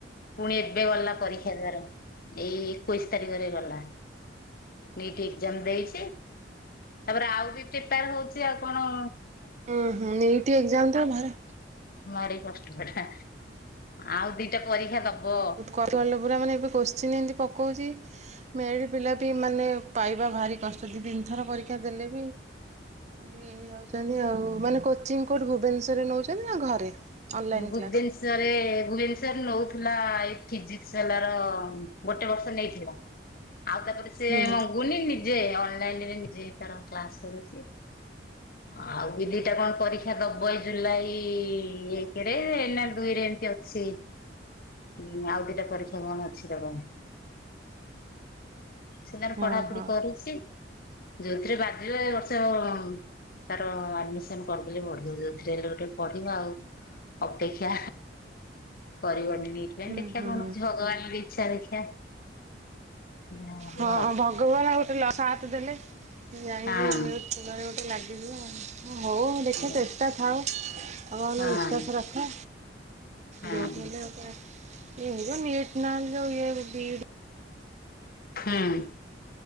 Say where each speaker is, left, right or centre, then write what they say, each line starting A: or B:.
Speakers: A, on the left; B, on the right.
A: ପୁଣି ଏବେ ଏବେ ଗଲା ପରୀକ୍ଷା ତାର ଏଇ ଏକୋଇଶି ତାରିଖରେ ଗଲା। ନୀଟ ଏକଜାମ ଦେଇଛି। ତାପରେ ଆଉ ବି ପ୍ରିପାର ହଉଛି ଆଉ କଣ?
B: ହୁଁ ହୁଁ ନିଟ୍ ଏକଜାମ ତ ଭାର
A: ମାରୀ କଷ୍ଟ ପାଠ ଆଉ ଦିଟା ପରୀକ୍ଷା ଦବ।
B: <unintelligible> ପୁରା ମାନେ ଏବେ କୋଶ୍ଚିନି ଏମତି ପକଉଛି ମେଡ ପିଲା ବି ମାନେ ପାଇବା ଭାରି କଷ୍ଟ ଦି ତିନି ଥର ପରୀକ୍ଷା ଦେଲେ ବି ଇହେଇଯାଉଛନ୍ତି ଆଉ ମାନେ କୋଚିଂ କୋଠି ଭୁବେନଶ୍ଵର୍ ରେ ନଉଛନ୍ତି ନା ଘରେ? ଅନଲାଇନ୍
A: ଭୁବେନଶରରେ
B: କ୍ଲାସ୍
A: ଭୁବେନଶରରେ ନଉଥିଲା ଏଇ ଫିଜିକ୍ସବାଲାର ଗୋଟେ ବର୍ଷ ନେଇଥିଲ ଆଉ ତାପରେ ସେ
B: ହୁଁ
A: ମଗୁନି ନି ଯେ ଅନଲାଇନରେ ନିଜେ ତାର କ୍ଲାସ କରୁଛି ଆଉ ବି ଦିଟା କଣ ପରୀକ୍ଷା ଦବ ଏଇ ଜୁଲାଇ ଏକରେ ନା ଦୁଇରେ ଏମିତି ଅଛି। ହୁଁ ଆଉ ଦିଟା ପରୀକ୍ଷା କଣ ଅଛି ଦବ। ସେ ତାର
B: ହଁ
A: ପଢାପଢି
B: ହଁ
A: କରୁଛି ଯୋଉଥିରେ ବାଜିବ ଏଇ ବର୍ଷ ତାର ଆଡମିସନ କରିଦେଲେ ଭଲ ହେଲେ ଗୋଟେ ପଢିବା ଆଉ ଅପେକ୍ଷା କରିବନି। ନିଟ ପାଇଁ
B: ହୁଁ
A: ଦେଖିବା
B: ହୁଁ।
A: କଣ ହଉଛି ଭଗବାନ ଙ୍କ ଇଚ୍ଛା ଦେଖିବା ଯାହା ହବ
B: ହଁ ଭଗବାନ ଆଉ ଲକ୍ ସାଥେ ଦେଲେ ଯାଇକି
A: ଆଉ
B: କୂଳରେ ଗୋଟେ ଲାଗିଯିବ ଆଉ ହଁ ହଉ ଦେଖ
A: ହଁ
B: ଚେଷ୍ଟା ଥାଉ ଭଗବାନ
A: ହଁ
B: ବିଶ୍ଵାସ ରଖ
A: ହଁ।
B: ଯେଉଠି ହେଲେ ଗୋଟେ ଇଏ ହେଇଯିବ। ନୀଟ ନହେଲେ ଯଉ ବି ଇ ଡ୍
A: ହୁଁ।